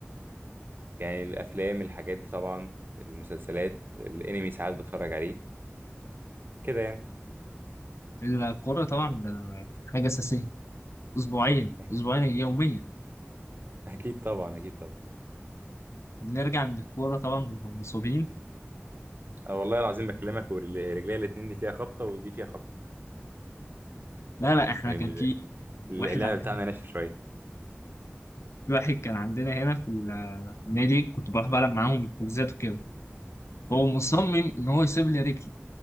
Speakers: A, on the right; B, on the left.
A: يعني الافلام الحاجات دي طبعا المسلسلات الانمي ساعات بتفرج عليه كده يعني
B: الكورة طبعا ده حاجة أساسية أسبوعين
A: <laughs> أك-
B: أسبوعين يوميا
A: اكيد طبعا اكيد طبعا
B: بنرجع من الكورة طبعا بنبقى مصابين
A: أه والله العظيم بكلمك ورجلي الاتنين دي فيها خبطه ودي فيها خبطه
B: لا لا احنا
A: يعني
B: كان
A: ال-
B: في واحد
A: اللعب
B: عن...
A: بتاعنا ناشف شويه
B: في واحد كان عندنا هنا في النادي كنت بروح بلعب معاهم حجوزات وكده هو
A: مم.
B: مصمم إن هو يسيب لي رجلي